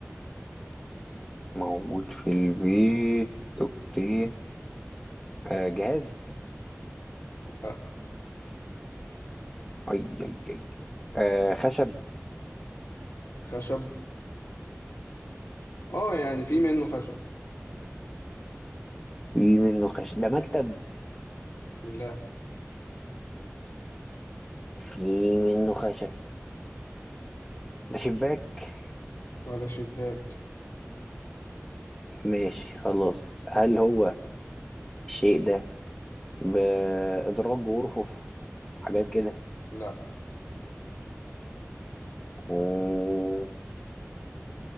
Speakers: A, on the left; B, on the left.
A: موجود في البيت اوكي آه جهاز
B: لا
A: اي اي اي آه خشب
B: خشب اه يعني في منه خشب
A: في منه خشب ده مكتب
B: لا
A: في منه خشب ده شباك
B: ولا شباك
A: ماشي خلاص هل هو الشيء ده بإدراج ورفوف حاجات كده
B: لا
A: مم،